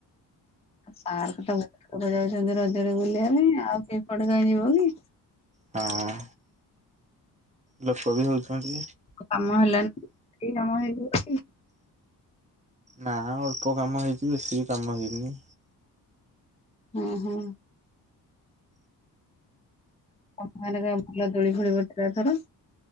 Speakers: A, on the left; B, on the right.
A: ପାର୍କ ଟା ବହୁତ ଲୋକ ଯାଉଛନ୍ତି ରଜରେ ବୁଲିବା ପାଇଁ ଆଉ ସେପଟ କ ଯିବ କି।
B: ହଁ। ଲୋକ ବି ହଉଛନ୍ତି
A: କାମ ହେଲାନି କାମ ହେଇଯାଉଛି।
B: ନା ଅଳ୍ପ କାମ ହେଇଛି ବେଶୀ କାମ ହେଇନି।
A: ଉଁ ହୁଁ। ଆ କ କ ଭଲ ଦୋଳି ଫୋଳି ପଡିଥିଲାଏଥର।